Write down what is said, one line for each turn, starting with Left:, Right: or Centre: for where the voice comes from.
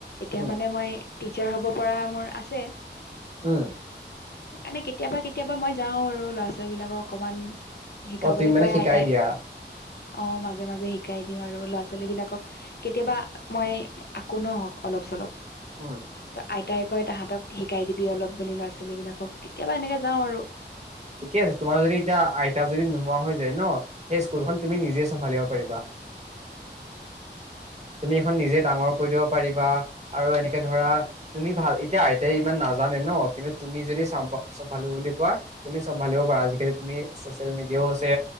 Left: এতিয়া
Right: উম
Left: মানে মই টিচাৰ হব পৰা মোৰ আছে।
Right: উম',
Left: সেইকাৰণে কেতিয়াবা কেতিয়াবা মই যাওঁ আৰু ল'ৰা ছোৱালী বিলাকক অকমান শিকাবলৈ
Right: অ তুমি মানে
Left: কয়
Right: শিকাই
Left: আইতাই
Right: দিয়া
Left: অ মাজে মাজে শিকাই দিওঁ আৰু ল'ৰা ছোৱালী বিলাকক কেতিয়াবা মই আকো ন অলপ চলপ
Right: হয়।
Left: ত আইতাই কয় তাহাঁতক শিকাই দিবি অলপ বুলি ল'ৰা ছোৱালী বিলাকক কেতিয়াবা এনেকে যাওঁ আৰু
Right: ঠিকে আছে। তোমাৰ যদি এতিয়া আইতা যদি নোহোৱা হৈ যায়। ন সেই স্কুলখন তুমি নিজে চম্ভালিব পাৰিবা।
Left: <inaudible>
Right: সেইখন নিজে ডাঙৰ কৰি দিব পাৰিবা আৰু এনেকে ধৰা তুমি ভাল এতিয়া আইতাই ইমান নাজানে ন কিন্তু তুমি যদি চ চ ভালো বুলি কোৱা তুমি চম্ভালিব পাৰা আজিকালি তুমি চচিয়েল মিডিয়াও আছে।